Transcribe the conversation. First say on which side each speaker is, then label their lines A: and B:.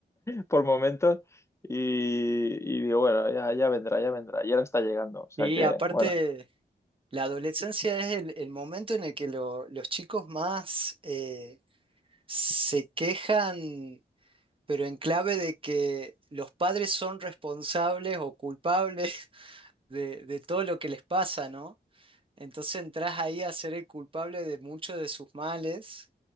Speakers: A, on the left (about 15°); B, on the right (about 30°).
A: por momentos, y, y digo, bueno, ya, ya vendrá, ya vendrá, y ahora está llegando, o sea
B: Y
A: que,
B: aparte,
A: bueno.
B: la adolescencia es el, el momento en el que lo- los chicos más... eh, se quejan, pero en clave de que los padres son responsables o culpables <laughs> de, de todo lo que les pasa, ¿no? Entonces entras ahí a ser el culpable de muchos de sus males.